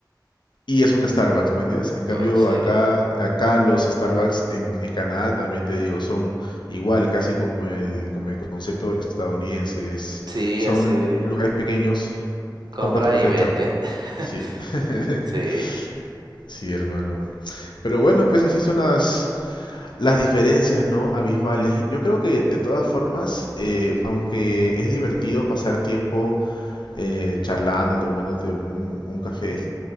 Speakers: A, on the left; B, on the right.
A: Y es un Starbucks, man, ¿yes? En cambio,
B: Oh, sí.
A: acá, acá los Starbucks en, en Canadá también te digo, son igual, casi como el, como el concepto estadounidense. Es-
B: Sí,
A: son
B: así de
A: lugares pequeños,
B: compra
A: compra tu café,
B: y vete.
A: chao.
B: <laughs>
A: Sí, <laughs>
B: Sí,
A: sí, hermano. Pero bueno, pues así son las, las diferencias, ¿no? Abismales. Yo creo que de todas formas, eh, aunque es divertido pasar tiempo eh, charlando, tomándote un, un café,